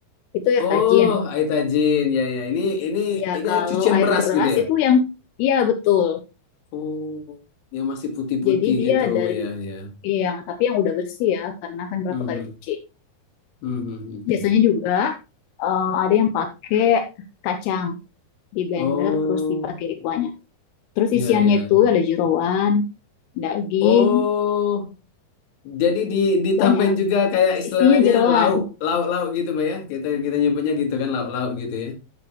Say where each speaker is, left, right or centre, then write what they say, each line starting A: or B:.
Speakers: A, on the left (about 80°); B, on the left (about 65°).
A: itu air
B: oh
A: tajin.
B: air tajin ya ya ini ini
A: Ya,
B: ini
A: kalau
B: air cucian
A: air
B: beras
A: beras
B: gitu ya?
A: itu yang iya betul.
B: Oh yang masih putih-putih
A: Jadi dia
B: gitu
A: dari
B: ya ya.
A: yang tapi yang udah bersih ya, karena kan berapa
B: Mhm.
A: kali cuci.
B: Mhm, mhm,
A: Biasanya
B: mhm.
A: juga eh, ada yang pakai kacang di blender
B: Oh
A: terus dipakai di kuahnya. Terus
B: ya
A: isiannya
B: ya.
A: itu ada jeroan, daging,
B: Oh Jadi di, ditambahin
A: banyak.
B: juga kayak istilahnya
A: Isinya jeroan.
B: lauk, lauk, lauk gitu Mbak ya. Kita kita nyebutnya gitu kan lauk, lauk gitu ya.